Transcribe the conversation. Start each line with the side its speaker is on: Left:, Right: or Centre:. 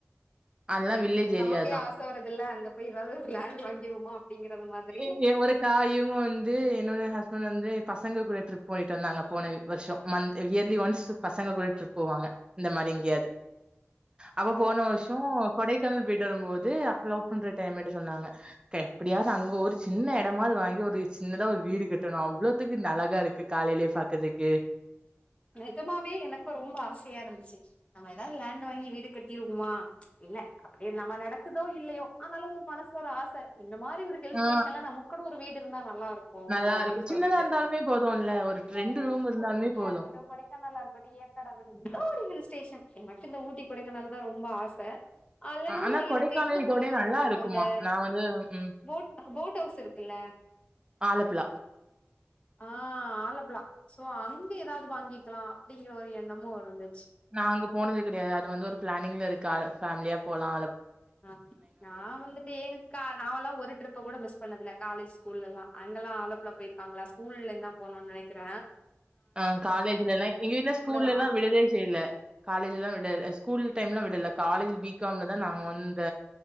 Right: அதெல்லாம் வில்லேஜ்
Left: நமக்கே
Right: ஏரியா தான்
Left: ஆசை வருதுல்ல அங்க போய் ஏதாவது லேண்ட் வாங்கிருவமா அப்டிங்கறது மாதிரி
Right: எங்க ஒரு தாயும் வந்து என்னோட ஹஸ்பண்ட் வந்து பசங்க கூட ட்ரிப் போய்டு வந்தாங்க போன வருஷம் மந்த் இயர்லி ஒன்ஸ் பசங்க கூட ட்ரிப் போவாங்க இந்த மாரி இங்கேயாவது அப்ப
Left: ஓ
Right: போன வருஷம் கொடைக்கானல் போய்ட்டு வரும் போது அப்பம் ன்ற டைம்மேட் சொன்னாங்க எப்டியா அங்க ஒரு சின்ன இடமாது வாங்கி ஒரு சின்னதா ஒரு வீடு கட்டணும் அவ்வளவுத்துக்கு அழகா இருக்கு காலையிலே பாக்கறதுக்கு
Left: நெஜமாவே எனக்கும் ரொம்ப ஆசையா இருந்துச்சு நம்ம ஏதாவது லேண்ட் வாங்கி வீடு கட்டிருமா இல்ல அப்டியே நம்ம நடக்குதோ இல்லையோ ஆனாலும் மனசுல ஒரு ஆசை இந்த மாரி ஒரு ஹில்ஸ்டேன்ல
Right: ஆ
Left: நமக்குனு ஒரு வீடு இருந்தா நல்லா இருக்கும்
Right: நல்லா
Left: அப்டின்
Right: இருக்கு
Left: சொல்லிட்டு
Right: சின்னதா இருந்தாலுமே போதும்ல்ல ஒரு
Left: இதுவுமே
Right: ரெண்டு ரூம் இருந்தாலுமே
Left: ஊட்டியா
Right: போது
Left: இரு இருக்கட்டும் கொடைக்கானல இருக்கட்டும் ஏற்கா இருக்கட்டும் எதோ ஒருஹில்ஸேஷன் என் மட்டும் இந்த ஊட்டி குடைக்கனாலதான் ரொம்ப ஆச அல்லனா
Right: ஆனா கொடைக்கானல்
Left: எனக்கு எங்க
Right: இதோடய
Left: போறது ரொம்ப
Right: நல்லா
Left: பிடிக்கும்
Right: இருக்குமா
Left: இந்த
Right: நா வந்து ம்
Left: போட் போட் ஹவுஸ் இருக்குல்ல
Right: ஆலப்புழா
Left: ஆஹ் ஆலப்புலா சோ அங்க ஏதாவது வாங்கிக்கலா அப்டிங்கிற ஒரு எண்ணமு வருது
Right: நா அங்க போனது கிடையாது அது வந்து ஒரு பிளானிங்ல இருக்கு ஃபமிலியா போலா
Left: அஹ நா வந்துட்டு எங்க க நாவல்லா ஒரு ட்ரிப்ப கூட மிஸ் பண்ணதில்ல காலேஜ் ஸ்கூல்ல எல்லா அங்கலா ஆலப்புல போயிருக்காங்களா ஸ்கூல்ல இருந்து போனோ நெனைக்கிற
Right: ஆஹ் காலேஜ்ல எல்ல எங்க வீட்டு்ல ஸ்கூல்லல
Left: தா
Right: எல்லா விடுதே செய்யல காலேஜ் எல்லாம் விடல ஸ்கூல் டைம்ல விடல காலேஜ் பி காம்ல தா நாங்க வந்த